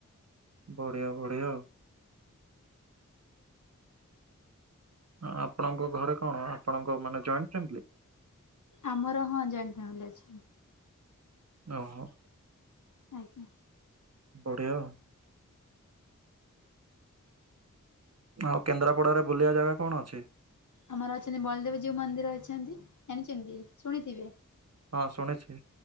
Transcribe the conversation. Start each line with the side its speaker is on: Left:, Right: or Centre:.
Right: ବଢ଼ିଆ ବଢ଼ିଆ ଆଉ। ଆ ଆପଣଙ୍କ ଘରେ କଣ ଆପଣଙ୍କ ମାନେ ଜଏଣ୍ଟ ଫ୍ୟାମିଲି?
Left: ଆମର ହଁ ଜଏଣ୍ଟ ଫ୍ୟାମିଲି ଅଛନ୍ତି।
Right: ଓହୋ।
Left: ଆଜ୍ଞା।
Right: ବଢ଼ିଆ। ଆଉ କେନ୍ଦ୍ରାପଡ଼ାରେ ବୁଲିବା ଜାଗା କଣ ଅଛି?
Left: ଆମର ଅଛନ୍ତି ବଳଦେବ ଯୋଉ ମନ୍ଦିର ଅଛନ୍ତି, ଜାଣିଛନ୍ତି ଶୁଣିଥିବେ?
Right: ହଁ ଶୁଣିଛି।